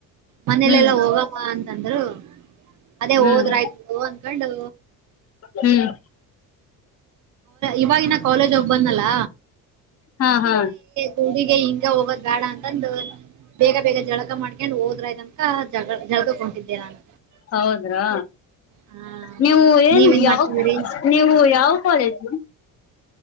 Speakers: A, on the right; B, on the left.
A: ಮನೇಲೆೆಲ್ಲಾ
B: ಹ್ಮ್
A: ಹೋಗಮ ಅಂತಂದ್ರು. ಅದೇ
B: ಹ್ಮ್
A: ಹೋದ್ರಯ್ತು ಬಿಡು ಅನ್ಕಂಡು.
B: ಹ್ಮ್
A: ಇವಾಗಿನ ಕಾಲೇಜ್ ಹೋಗ್ಬಂದ್ನಲ್ಲ.
B: ಹಾ ಹಾ.
A: ಗುಡಿಗೆ ಹಿಂಗೆ ಹೋಗದ್ ಬೇಡ ಅಂತಂದು. ಬೇಗ ಬೇಗ ಜಳಕ ಮಾಡ್ಕೆಂಡ್ ಹೋದ್ರಾಯ್ತಂತ ಜಗ ಜಳಕಕ್ ಹೊಂಟಿದೆ ನಾನು.
B: ಹೌದ್ರಾ
A: ಆ
B: ನೀವು ಏನ್
A: ನೀವೇನ್
B: ಯಾವ್
A: ಮಾಡ್ತಿದೀರಿ
B: ನೀವು ಯಾವ್ ಕಾಲೇಜು.